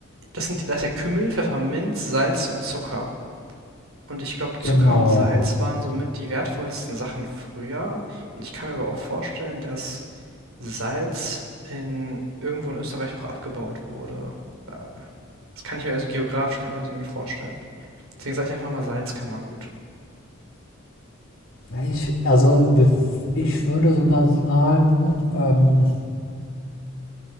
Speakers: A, on the right; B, on the left.
A: Das sind, da ist ja Kümmel, Pfefferminz, Salz und Zucker. Und ich glaube, Zucker
B: Genau.
A: und Salz waren somit die wertvollsten Sachen früher. Und ich kann mir aber auch vorstellen, dass Salz in, irgendwo in Österreich auch abgebaut wurde. Äh, Das kann ich mir also geografisch, kann ich mir das irgendwie vorstellen. Deswegen sage ich einfach mal Salz kann man gut.
B: Ja, Ich, also, ich würde sogar sagen, ähm,